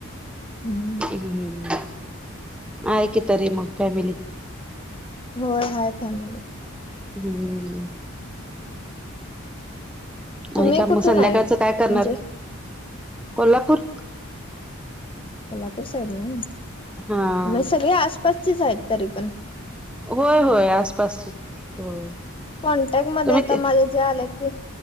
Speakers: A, on the left (about 25°); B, in the centre.
A: हम्म
B: हम्म. आहे की तरी मग फॅमिली.
A: होय हाय फॅमिली.
B: हम्म.
A: तुम्ही
B: आणि काय
A: कुठून
B: मग संध्याकाळच
A: आहे? म्हणजे
B: काय करणार? कोल्हापूर
A: कोल्हापूर साईडला हाय होय?
B: हा
A: मग सगळी आसपासचीच आहेत तरी पण. हिकडं
B: होय होय आसपासची होय
A: कॉन्टॅक्टमध्ये
B: तुम्ही
A: आता माझ्या जे आले ते.